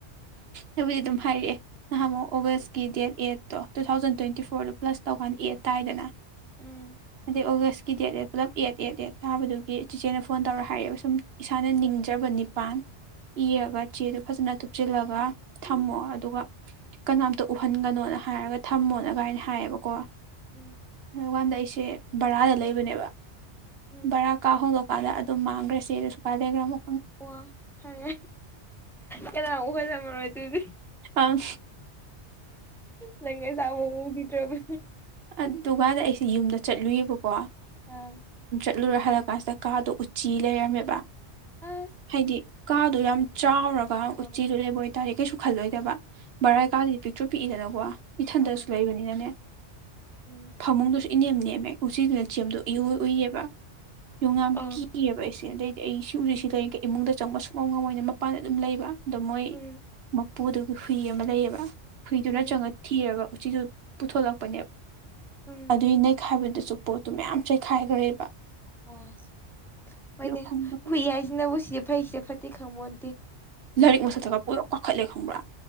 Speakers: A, on the right (about 65°); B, in the centre.
A: ꯍꯥꯏꯕꯨꯗꯤ ꯑꯗꯨꯝ ꯍꯥꯏꯔꯛꯑꯦ ꯅꯍꯥꯃꯨꯛ ꯑꯣꯒꯁꯀꯤ ꯗꯦꯠ ꯑꯦꯠꯇꯣ ꯇꯨ ꯊꯥꯎꯖꯟ ꯇ꯭ꯋꯦꯟꯇꯤ ꯐꯣꯔꯗꯣ ꯄ꯭ꯂꯁ ꯇꯧꯀꯥꯟ ꯑꯦꯠ ꯇꯥꯏꯗꯅ
B: ꯎꯝ
A: ꯑꯗꯩ ꯑꯣꯒꯁꯀꯤ ꯗꯦꯠ ꯑꯦ ꯄꯨꯂꯞ ꯑꯦꯠ ꯑꯦꯗ ꯑꯦꯠ ꯊꯥꯕꯗꯨꯒꯤ ꯆꯤꯆꯦꯅ ꯐꯣꯟ ꯇꯧꯔ ꯍꯥꯏꯔꯛꯑꯦꯕ ꯁꯨꯝ ꯏꯁꯥꯅ ꯅꯤꯡꯖ꯭ꯔꯕꯅꯤ ꯅꯤꯄꯥꯟ
B: ꯎꯝ
A: ꯏꯔꯒ ꯆꯦꯗꯨꯣ ꯐꯖꯅ ꯊꯨꯞꯆꯤꯜꯂꯒ ꯊꯝꯃꯣ
B: ꯎꯝ
A: ꯑꯗꯨꯒ ꯀꯅꯥꯝꯇ ꯎꯍꯟꯒꯅꯣꯅ ꯍꯥꯏꯔꯒ ꯊꯝꯃꯣꯅ ꯀꯥꯏꯅ ꯍꯥꯏꯌꯦꯕꯀꯣ
B: ꯎꯝ
A: ꯀꯥꯟꯗ ꯑꯩꯁꯦ ꯕꯔꯥꯗ ꯂꯩꯕꯅꯦꯕ
B: ꯎꯝ
A: ꯕꯔꯥ ꯀꯥ ꯍꯣꯡꯗꯣꯛ ꯄꯥꯗ ꯑꯗꯨꯝ ꯃꯥꯡꯈ꯭ꯔꯦꯗ ꯁꯁꯨꯨꯥꯏ ꯂꯩꯈ꯭ꯔꯥꯃꯣ
B: ꯋꯥ ꯐꯔꯦ ꯀꯅꯥ ꯎꯍꯜꯂꯝꯃꯔꯣꯏ ꯑꯗꯨꯗꯤ
A: ꯑ
B: ꯂꯪꯒꯔ ꯆꯕ ꯃꯤꯇ꯭ꯔꯣꯕ
A: ꯑꯗꯨꯀꯥꯟꯗ ꯑꯩꯁꯦ ꯌꯨꯝꯗ ꯆꯠꯂꯨꯌꯦꯕꯀꯣ
B: ꯎꯝ
A: ꯆꯠꯂꯨꯔꯦ ꯍꯜꯂ ꯀꯥꯟꯁꯤꯗ ꯀꯥꯗꯣ ꯎ ꯎꯆꯤ ꯂꯩꯔꯝꯃꯦꯕ
B: ꯑꯁ
A: ꯍꯥꯏꯗꯤ ꯀꯥꯗꯣ ꯌꯥꯝ ꯆꯥꯎꯔꯒ ꯎꯆꯤꯗꯨ
B: ꯑꯥ
A: ꯂꯩꯕ ꯑꯣꯏꯇꯥꯔꯗꯤ ꯀꯩꯁꯨ ꯈꯜꯂꯣꯏꯗꯕ
B: ꯍꯣꯏ
A: ꯕꯔꯥꯏ ꯀꯥꯗꯨꯗꯤ ꯄꯤꯛꯇ꯭ꯔꯨ ꯄꯤꯛꯏꯗꯅꯀꯣ ꯏꯊꯟꯗꯁꯨ
B: ꯑꯥ
A: ꯂꯩꯕꯅꯤꯅꯅꯦ
B: ꯎꯝ
A: ꯐꯃꯨꯡꯗꯨꯁꯨ ꯏꯅꯦꯝ ꯅꯦꯝꯃꯦ ꯎꯁꯤꯗꯨ ꯁꯦꯝꯦꯝꯗꯣ ꯏꯌ ꯎꯏꯑꯕ ꯌꯣꯡꯉꯥ
B: ꯑꯥ
A: ꯀꯤꯑꯕ ꯑꯩꯁꯦ ꯑꯗꯩꯗꯤ ꯑꯩ ꯁꯤ
B: ꯎꯝ
A: ꯎꯔꯤꯁꯤ ꯀꯔꯤ ꯏꯃꯨꯡꯗ ꯑꯆꯪ ꯑꯁꯨꯛ ꯑꯃꯧꯉꯝ ꯃꯣꯏ ꯑꯣꯏꯅ ꯃꯄꯥꯟꯗ ꯑꯗꯨꯝ ꯂꯩꯕ ꯑꯗꯣ ꯃꯣꯏ
B: ꯎꯝ
A: ꯃꯄꯨꯗꯨꯒꯤ ꯍꯨꯏ ꯑꯃ ꯂꯩꯌꯦꯕ ꯍꯨꯏꯗꯨꯅ
B: ꯎꯝ
A: ꯆꯪꯉ ꯊꯤꯔꯒ ꯎꯆꯤꯗꯨ ꯄꯨꯊꯣꯛꯂꯛꯄꯅꯦꯕ
B: ꯎꯝ
A: ꯑꯗꯨꯏ ꯅꯦꯛ ꯍꯥꯏꯕꯗꯨ ꯁꯨ ꯄꯣꯠꯇꯨ ꯃꯌꯥꯝ ꯆꯥꯏꯈꯥꯏꯈ꯭ꯔꯦꯕ
B: ꯑꯣ ꯍꯣꯏꯅꯦ
A: ꯐꯪꯗꯕ
B: ꯍꯨꯏ ꯍꯥꯏꯁꯤꯅꯕꯨ ꯁꯤꯁꯦ ꯐꯩꯁꯦ ꯐꯠꯇꯤ ꯈꯪꯕꯣꯟ
A: ꯂꯥꯏꯔꯤꯛ ꯃꯁꯛꯇꯒ ꯄꯨꯂꯞ ꯀꯥꯈꯠꯂꯦ ꯈꯪꯕ꯭ꯔꯥ